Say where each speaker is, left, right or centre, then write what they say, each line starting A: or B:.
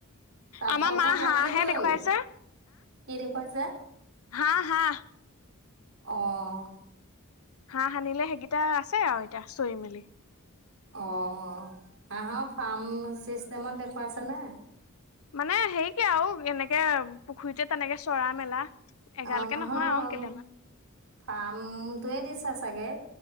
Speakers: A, on the right; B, on the left.
A: তাঁতশাল
B: আমাৰ মা
A: খন
B: হাঁহহে
A: লাগিবই,
B: দেখুৱাইছে
A: কি দেখুৱাইছে?
B: হাহ, হাহ
A: অ',
B: হাঁহ আনিলে, সেইকেইটা আছে আৰু এতিয়া চৰি মেলি।
A: অ', হাহৰ ফাৰ্ম চিষ্টেমত দেখুৱাইছ নে?
B: মানে হেৰিকে আৰু, এনেকে পুখুৰীতে তেনেকে চৰা মেলা। এগালকে
A: অ', নহয়
B: আৰু কেইটামান
A: ফাৰ্মটোৱে দিছে চাগে।